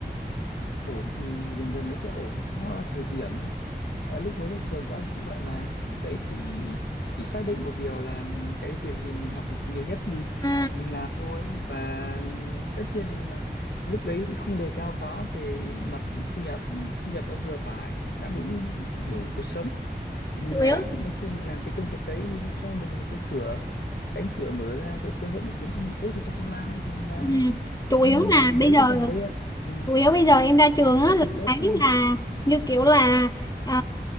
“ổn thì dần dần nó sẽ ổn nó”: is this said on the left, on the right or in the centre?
Left